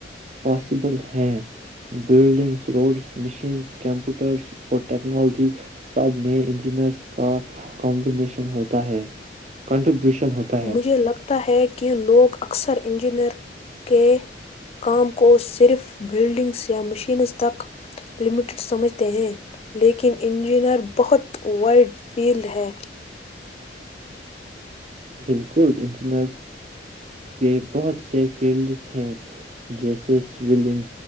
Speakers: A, on the right; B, on the left.
A: پاسیبل ہیں بلڈنگس روڈس مشینس کمپیوٹرس اور ٹیکنالوجی سب میں انجینئرس کا کمبینیشن ہوتا ہے کنٹریبیوشن ہوتا ہے
B: مجھے لگتا ہے کہ لوگ اکثر انجینئر کے کام کو صرف بلڈنگس یا مشینز تک لمیٹڈ سمجھتے ہیں لیکن انجینئر بہت وائڈ فیلڈ ہے
A: بالکل ان بچنس کے بہت سے فیلڈس ہیں جیسے سول ان